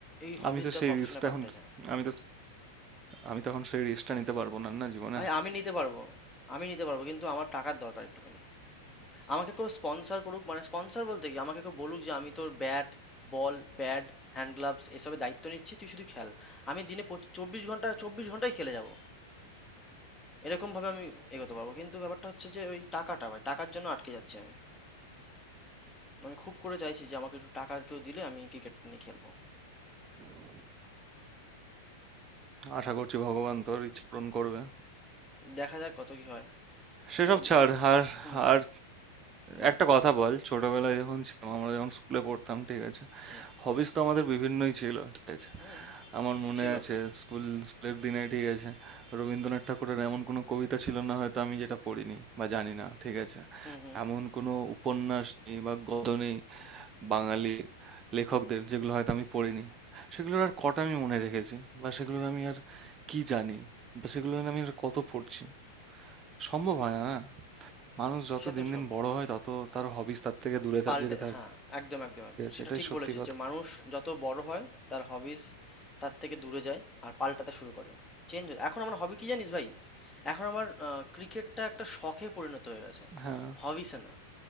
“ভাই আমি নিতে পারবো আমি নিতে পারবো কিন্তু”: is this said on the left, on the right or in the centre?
Left